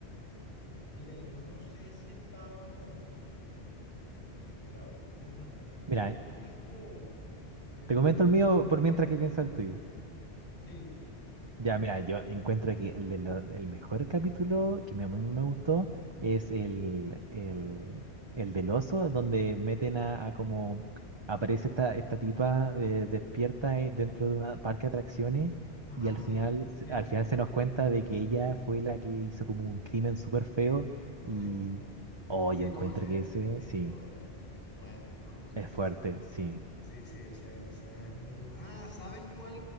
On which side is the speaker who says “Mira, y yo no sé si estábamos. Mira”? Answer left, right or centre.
Left